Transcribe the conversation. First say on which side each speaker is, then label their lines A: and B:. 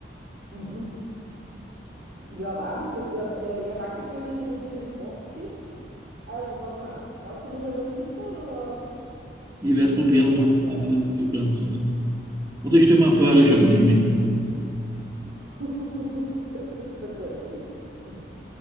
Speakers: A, on the right; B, on the right.
A: Mhm. Ja, Wahnsinn. Ja, äh, ja danke für den, für den Wok-Tipp. Also, was meinst du? Traust du nur mal über Schnitzel oder,
B: Ich werde es probieren
A: oder lass
B: und hoffe,
A: das
B: dass
A: bleiben?
B: die wieder gegangen sind. Oder ich stelle mir vor, ich schaue daneben hin.
A: <laughs> Das ist ein guter Tipp. <laughs>